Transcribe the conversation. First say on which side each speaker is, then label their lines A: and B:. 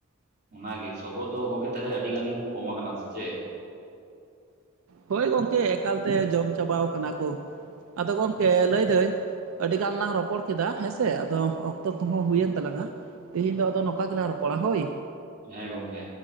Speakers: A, on the right (about 35°); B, on the right (about 75°).
A: ᱚᱱᱟᱜᱮ ᱥᱚᱜᱚᱫ ᱫᱚ ᱜᱚᱝᱠᱮ ᱛᱟᱦᱚᱞᱮ ᱟᱹᱰᱤ ᱜᱟᱱ ᱜᱮᱠᱚ ᱠᱚᱢ ᱟᱠᱟᱱᱟ ᱥᱮ ᱪᱮᱫ?
B: ᱦᱳᱭ ᱜᱚᱢᱠᱮ ᱮᱠᱟᱞ ᱛᱮ ᱡᱚᱢ ᱪᱟᱵᱟ ᱟᱠᱟᱱᱟ ᱠᱚ ᱾ ᱟᱫᱚ ᱜᱚᱢᱠᱮ ᱞᱟᱹᱭᱫᱟᱹᱧ ᱟᱹᱰᱤ ᱜᱟᱱ ᱞᱟᱝ ᱨᱚᱯᱚᱲ ᱠᱮᱫᱟ ᱦᱮᱸᱥᱮ ᱟᱫᱚ ᱚᱠᱛᱚ ᱠᱚᱦᱚᱸ ᱦᱩᱭᱮᱱ ᱛᱟᱞᱟᱝᱟ ᱾ ᱛᱮᱦᱤᱧ ᱫᱚ ᱟᱫᱚ ᱱᱚᱝᱠᱟ ᱜᱮᱞᱟᱝ ᱨᱚᱯᱚᱲᱟ ᱦᱚᱭ᱾
A: ᱦᱮᱸ ᱜᱚᱝᱠᱮ᱾